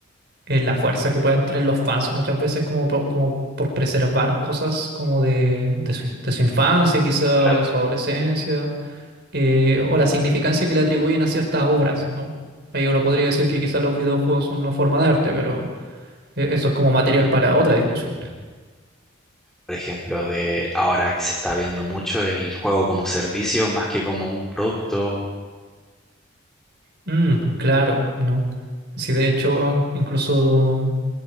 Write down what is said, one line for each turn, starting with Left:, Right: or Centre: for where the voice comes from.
Right: eh, la fuerza que pueden tener los fans muchas veces como, por- como por preservar cosas como de, de su, de su infancia quizá
Centre: Claro,
Right: o de su adolescencia eh, o la significancia que le atribuyen a ciertas obras, ¿no? Ahí uno podría decir que quizás los videojuegos son una forma de arte, pero eh, eso es como material para otra discusión.
Centre: Por ejemplo, de ahora que se está viendo mucho el juego como servicio más que como un producto.
Right: Mm, claro, ¿no? Sí, de hecho, in- incluso